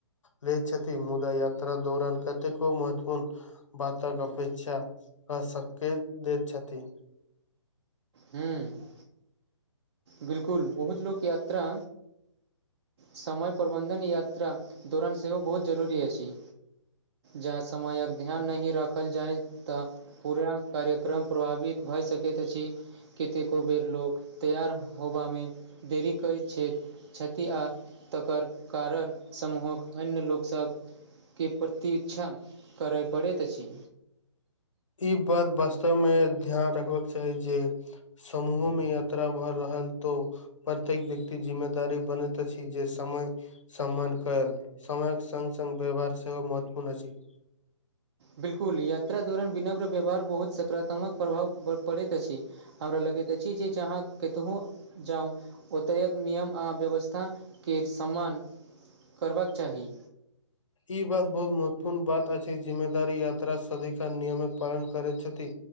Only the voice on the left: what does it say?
लय छथि मुदा याता दौरान कतेको महत्वपूर्ण तक अपेक्षाक सकैत दैत छथि
इ बात वास्तव मे ध्यान रखबाक के चाही जे समूह में यात्रा बढ़ रहल तो प्रत्येक व्यक्ति जिम्मेदारी बनैत छै जे समय सम्मान कयल समयक संग संग व्यवहार सेहो महत्वपूर्ण अछि
ई बात बहुत महत्वपूर्ण बात अछि जिम्मेदार यात्रा सदिका नियम पालन करे छथि